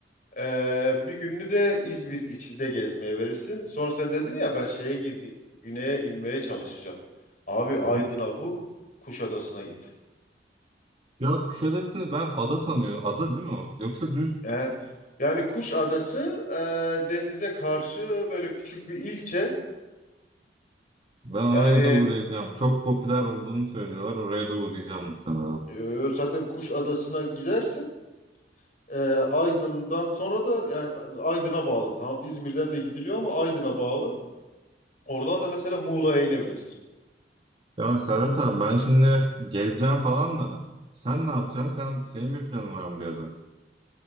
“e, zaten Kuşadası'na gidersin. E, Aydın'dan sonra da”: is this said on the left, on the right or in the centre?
Left